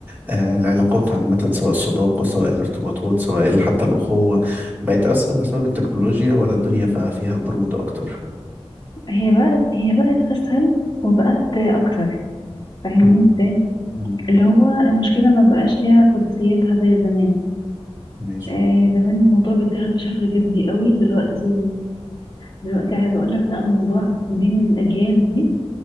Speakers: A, on the right; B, on the left.
A: آه، العلاقات عامة سواء الصداقة سواء الارتباطات سواء حتى الأخوة بقت أسهل بسبب التكنولوجيا ولا الدنيا بقى فيها برود أكتر
B: هي بقت هي بقت اسهل وبقت اكتر فاهمين
A: مم.
B: ازاي
A: مم.
B: اللي هو المشكلة ما بقاش ليها قدسيتها زي زمان
A: ماشي
B: آه زمان الموضوع بيتاخد بشكل جدي قوي دلوقتي دلوقتي عايزة اقول لك لا الموضوع بين الاجيال دي